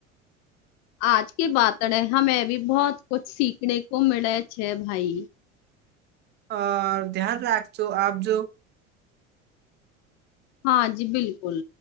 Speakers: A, on the left; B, on the right.
A: આજ કે બાત ને હમે ભી બહુત કુછ સીખને કો મીલે છે ભાઈ.
B: અ ધ્યાન રાખજો, આવજો.
A: હા જી બિલકુલ.